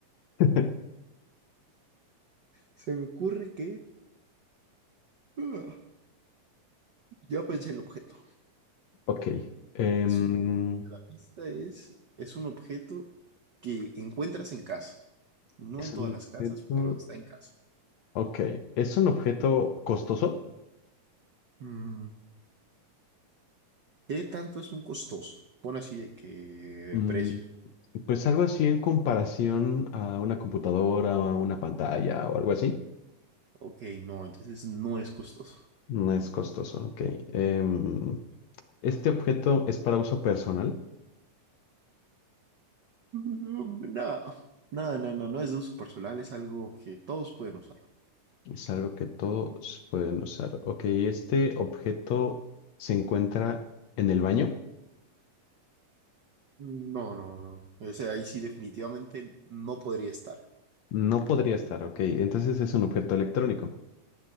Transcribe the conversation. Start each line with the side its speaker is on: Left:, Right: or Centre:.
Left: <laughs>
Right: Se me ocurre que... Ah, ya pensé el objeto.
Left: Ok. em,
Right: Es un... La pista es... Es un objeto que encuentras en casa. No
Left: ¿es
Right: en todas
Left: un
Right: las casas,
Left: objeto?
Right: pero está en casa.
Left: Ok. ¿Es un objeto costoso?
Right: Mm, ¿Qué tanto es un costoso? Pon así de que
Left: Mm,
Right: precio.
Left: pues algo así en comparación a una computadora o a una pantalla o algo así.
Right: Ok, no, entonces no es costoso. <laughs>
Left: No es costoso, ok. Em, Este objeto es para uso personal.
Right: Mm, No, nada, no, no, no es de uso personal, es algo que todos pueden usar.
Left: Es algo que todos pueden usar. Ok, este objeto se encuentra en el baño.
Right: No, no, no. Ese ahí sí definitivamente no podría estar.
Left: No podría estar, ok. Entonces es un objeto electrónico.